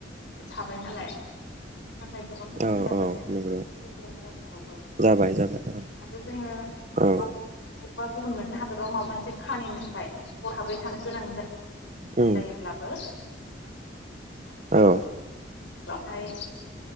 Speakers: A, on the left; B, on the right.
A: थाबाय नालाय बिनि थाखाय। गोबां सुबिदा
B: औ
A: जाबाय
B: औ
A: आरो
B: नंगौ
A: थांलाय फैनाय गासिबावबो
B: जाबाय जाबाय औ
A: आरो जोङो
B: औ
A: बा गुबुन मोनसे हादराव माबा मोन <unintelligible> हरखाबै। थानो गोनां जायो।
B: उम
A: जायोब्लाबो आथिखाल
B: औ
A: लावहाय